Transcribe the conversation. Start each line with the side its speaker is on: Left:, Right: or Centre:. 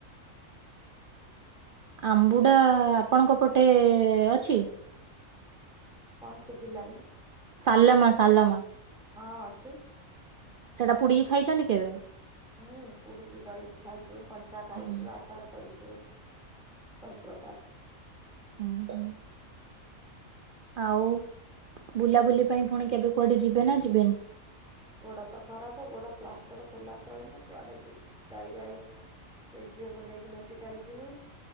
Right: ଆମ୍ବୁଡା ଆପଣଙ୍କ ପଟେ ଅଛି?
Centre: କଣ ଶୁଭିଲାନି।
Right: ସାଲମ ସାଲମ।
Centre: ହଁ ଅଛି।
Right: ସେଟା ପୁଡିକି ଖାଇଚନ୍ତି କେବେ?
Centre: ହୁଁ ପୁଡିକି ଦଳିକି ଖାଇଛୁ କଞ୍ଚା ଖାଇଛୁ
Right: ହୁଁ।
Centre: ଆ ଆଚାର କରିଛୁ ସବୁ ପ୍ରକାର।
Right: ହୁଁ ହୁଁ ଆଉ ବୁଲାବୁଲି ପାଇଁ ପୁଣି କେବେ କୁଆଡେ ଯିବେ ନା ଯିବେନି?
Centre: ଗୋଡ଼ ତ ଖରାପ ଗୋଡ ପ୍ଲାଷ୍ଟର ଖୋଲାସଇଲେ କୁଆଡେ ଯିବି ଯାଇ ଯାଇ ସେ ଝିଅକୁ ନେଇକି ମେଡିକାଲ ଯିବି